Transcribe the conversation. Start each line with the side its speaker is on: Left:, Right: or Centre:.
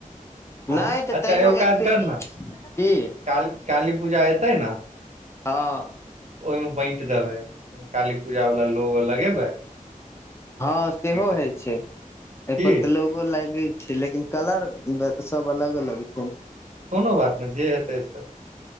Right: हँ
Left: नहि तऽ
Right: अच्छा
Left: तैयो
Right: एगो काज
Left: एतेक
Right: कर ने
Left: की
Right: काल काली पूजा एतै ने
Left: हँ
Right: ओहिमे बाँंट देबे काली पूजा वाला लोग लगे
Left: हँ सेहो
Right: देबै
Left: होइ छै एहिपर
Right: की
Left: लो ग़ लागे छै लेकिन कलर सब अलग अलग छै
Right: कोनो बात नहि जे हेतै सब